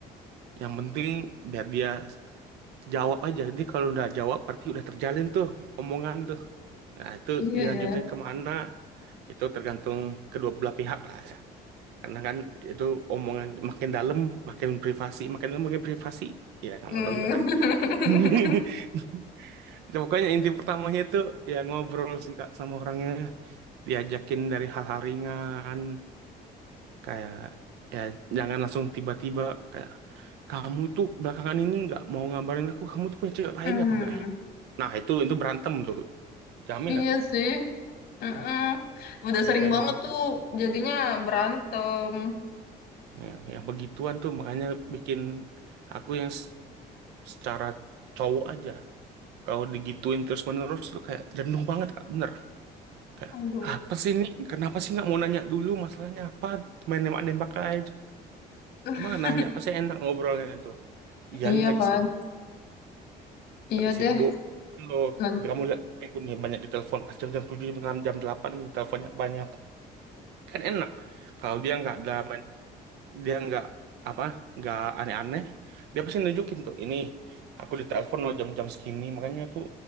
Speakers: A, on the right; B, on the left.
A: Yang penting biar dia jawab aja. Dia kalau udah jawab berarti udah terjalin tuh omongan tuh. Nah itu
B: Iya
A: dilanjutin
B: ya.
A: kemana itu tergantung kedua belah pihak lah ya. Karena kan itu omongan makin dalam makin privasi, makin dalam makin privasi. Ya nggak
B: Hmm.
A: mau tahu juga saya.
B: <laughs>
A: <laughs> Nah, Pokoknya inti pertamanya itu ya ngobrol sih Kak sama orangnya. Diajakin dari hal-hal ringan. Kayak ya jangan langsung tiba-tiba kayak kamu tuh belakangan ini nggak mau ngabarin aku, kamu tuh punya cewek lain
B: Hmm.
A: apa enggak ya? Nah itu itu berantem tuh, jamin
B: Iya
A: aku.
B: sih. Mm-mm. Udah
A: Yang
B: sering
A: kayak
B: banget
A: begitu.
B: tuh jadinya berantem.
A: Nah, yang, yang begituan tuh makanya bikin aku yang s- secara cowok aja. Kalau digituin terus-menerus tuh kayak jenuh banget Kak, bener. Kayak
B: Aduh.
A: apa sih ini? Kenapa sih nggak mau nanya dulu masalahnya apa? Main nembak-nembak aja.
B: <laughs>
A: Cuma nanya pasti enak ngobrolnya tuh. Iya
B: Iya
A: nih lagi
B: kan?
A: sih.
B: Iya
A: Lagi
B: deh.
A: sibuk. Lo,
B: Nanti.
A: kamu lihat aku nih banyak ditelepon pas jam-jam tujuh jam 6, jam 8 nih teleponnya banyak. Kan enak. Kalau dia nggak ada main, dia nggak apa, nggak aneh-aneh, dia pasti nunjukin tuh ini aku ditelepon lo jam-jam segini. Makanya tuh